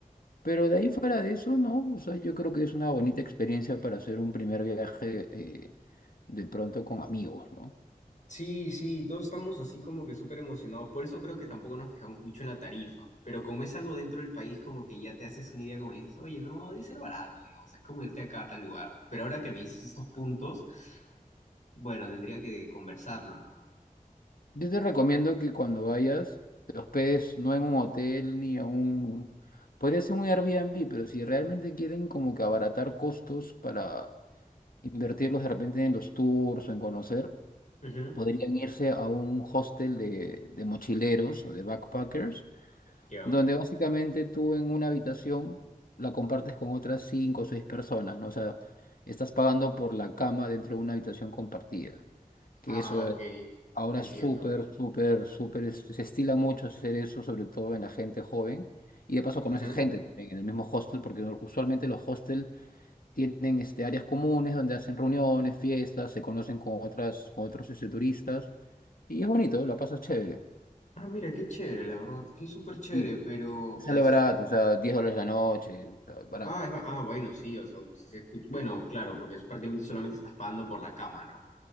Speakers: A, on the left (about 80°); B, on the left (about 55°).
A: Pero de ahí fuera de eso, no. O sea, yo creo que es una bonita experiencia para hacer un primer viaje eh, de pronto con amigos, ¿no?
B: Sí, sí, todos estamos así como que súper emocionados. Por eso creo que tampoco nos fijamos mucho en la tarifa. Pero como es algo dentro del país, como que ya te haces una idea, como dices, oye, no, debe ser barato, ¿no? O sea, es como irte acá a tal lugar, ¿no? Pero ahora que me dices estos puntos, bueno, tendría que conversarlo, ¿no?
A: Yo te recomiendo que cuando vayas, te hospedes no en un hotel ni en un... Podría ser un Airbnb, pero si realmente quieren como que abaratar costos para invertirlos de repente en los tours o en conocer,
B: Ujú,
A: podrían irse a un hostel de, de mochileros o de backpackers,
B: Ya.
A: donde básicamente tú en una habitación la compartes con otras cinco o seis personas, ¿no? O sea, estás pagando por la cama dentro de una habitación compartida, que
B: Ah,
A: eso
B: ok.
A: es ahora
B: Entiendo.
A: súper, súper, súper, es- se estila mucho hacer eso, sobre todo en la gente joven. Y de paso conoces
B: Ujú.
A: gente también en el mismo hostel, porque usualmente los hostels tienen este, áreas comunes donde hacen reuniones, fiestas, se conocen con otras, con otros este, turistas y es bonito, la pasas chévere.
B: Ah, mira, qué chévere, la verdad, qué súper chévere,
A: Y
B: pero
A: sale
B: es...
A: barato, o sea, 10 dólares la noche, o sea, barato.
B: Ah, es- ah, bueno, sí, o sea, si se escucha... Bueno, claro, porque es prácticamente solamente estás pagando por la cama, ¿no?